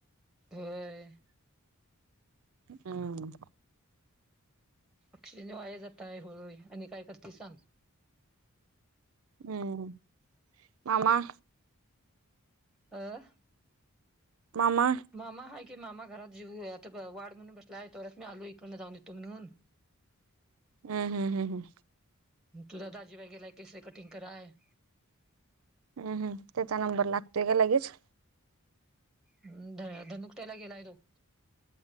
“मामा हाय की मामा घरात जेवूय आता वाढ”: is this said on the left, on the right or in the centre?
Centre